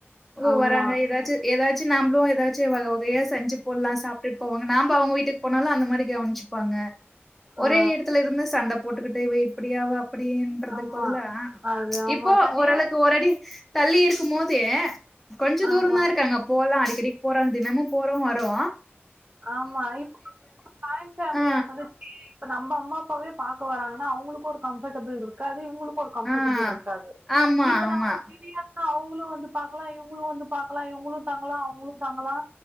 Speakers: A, in the centre; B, on the right.
A: ஓ
B: ஆமா
A: வராங்க ஏதாச்சு ஏதாச்சு நாம்ளு ஏதாச்சு வகையா செஞ்சு போட்லா சாப்பிட்டு போவாங்க நாம்ப அவங்க வீட்டுக்கு போனாலு அந்த மாரி கவினிச்சு ப்பாங்க ஒரே
B: ஆ
A: எடத்துல இருந்தா சண்ட போட்டுக்கிட்டு இவ இப்டியாவா அப்டின்றதுக்கு
B: ஆமா
A: பதிலா
B: அது ஆமா
A: இப்போ
B: தனியா
A: ஓரளவுக்கு ஒரு அடி தள்ளி இருக்கும் போது கொஞ்ச தூரந்தா
B: ஆமா
A: இருக்காங்க அப்போ போலா அடிக்கடிக்கு போற தினமு போறோ வரோ
B: ஆமா இப்ப ஜாய்ன்ட் ஃபேமிலியா
A: ஆ
B: இருந்துச்சு வெச்சுக்கயே இப்ப நம்ப அம்மாப்பாவே பாக்க வராங்கன்னா அவங்களுக்கு ஒரு கம்ஃபர்டபிள் இருக்காது இவங்களுக் கு ஒரு கம்ஃபர்டபிள்
A: ஆ
B: இருக்காது
A: ஆமா
B: இப்ப
A: ஆமா.
B: நான் இவிக ஆ அவுங்களு வந்து பாக்கல இவுங்களு வந்து பாக்கல இவுங்களு தங்கலா அவுங்களு தங்கலா